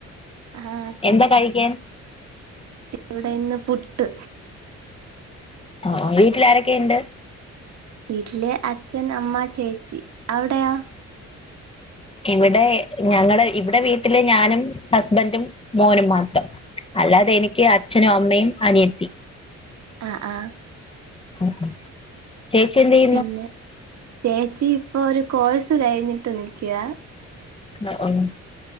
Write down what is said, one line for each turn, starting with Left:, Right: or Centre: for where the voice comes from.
Right: ആഹ്
Left: എന്താ കഴിക്കാൻ?
Right: ഇവിടെ ഇന്ന് പുട്ട്.
Left: ആഹ് ആഹ്, വീട്ടിൽ ആരൊക്കെ ഉണ്ട്?
Right: വീട്ടില് അച്ഛൻ, അമ്മ, ചേച്ചി, അവിടെയോ?
Left: ഇവിടെ ഞങ്ങള് ഇവിടെ വീട്ടിലെ ഞാനും ഹസ്ബൻഡും, മോനും മാത്രം. അല്ലാതെ എനിക്ക് അച്ഛനും, അമ്മയും, അനിയത്തി.
Right: ആഹ് ആഹ്.
Left: മ്മ് മ്മ്. ചേച്ചി എന്ത് ചെയ്
Right: പിന്നെ ചേച്ചി ഇപ്പൊ ഒരു കോഴ്സ് കഴിഞ്ഞിട്ട് നിക്ക്യാ.
Left: ഹേ ഒന്ന്.